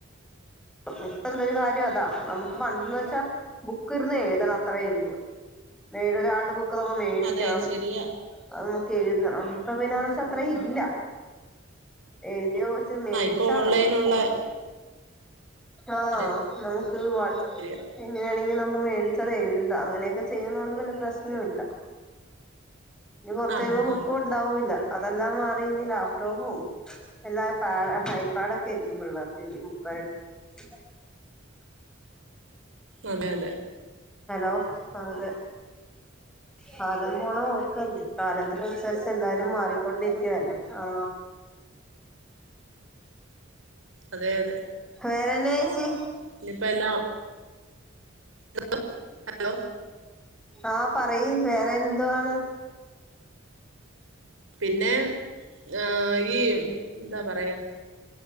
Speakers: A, in the centre; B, on the right.
A: <unintelligible> ഇപ്പം ഉള്ളൊരു കാര്യം അതാ നമുക്ക് പണ്ടെന്ന് വെ ച്ചാ ബുക്ക് ഇരുന്ന് എഴുതണം അത്രേയുള്ളൂ വേറൊരാളുടെ ബു ക്ക്‌ നമ്മള് മേടിക്കണം
B: അതെ ശരിയാ
A: അത് നോക്കി എഴുതണം ഇപ്പൊ പിന്നെ അതൊക്കെ അത്രയും ഇല്ല എഴുതിയാ കുറച്ച് മേടിച്ചാ
B: ആ ഇപ്പൊ ഓൺലൈനുള്ള
A: മതി ഫോണില് ആ
B: അതെ
A: നമുക്ക് വാ
B: ശരിയാ
A: ങ്ങി നമുക്ക് മേടിച്ചത് എഴുതാം അങ്ങനെയൊക്കെ ചെയ്യുന്ന കൊണ്ട് പിന്നെ പ്രശ്നം ഇല്ല ഇനി കുറച്ച്
B: ആ
A: കഴിയുമ്പോ ബുക്കും
B: ആ
A: ഉണ്ടാവൂല്ല അതെല്ലാം മാറി ഇനി ലാപ്ടോപ്പും എല്ലാ പാ ഹൈപ്പാടൊക്കെ ഇരിക്കുമ്പോള്ള പി <unintelligible>
B: അതെ അതെ
A: ഹലോ അ അതെ കാലം പോണ <unintelligible> കാല <unintelligible> എല്ലാരും മാറിക്കൊണ്ടിരിക്കുവല്ലേ ആ
B: അതെ അതെ
A: വേറെ എന്നാ ചേച്ചി
B: ഇഞ്ഞിപ്പ എല്ലാം ഹലോ ഹലോ
A: ആഹ പറയി വേറെ എന്തുാണ്
B: പിന്നെ ഹാ ഈ എന്താ പറയാ